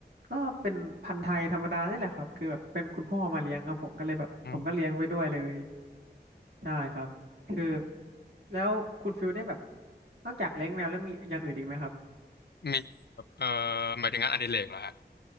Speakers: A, on the right; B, on the left.
A: ก็เป็นพันธุ์ไทยธรรมดานี่แหละครับคือแบบเป็นคุณพ่อมาเลี้ยงครับผมก็เลยแบบผมก็เลี้ยงไปด้วยเลย
B: อืม
A: ใช่ครับคือแล้วคุณฟิลได้แบบนอกจากเลี้ยงแมวแล้วมีอย่างอื่นอีกไหมครับ
B: มีแบบเอ่อหมายถึงงานอดิเรกเหรอฮะ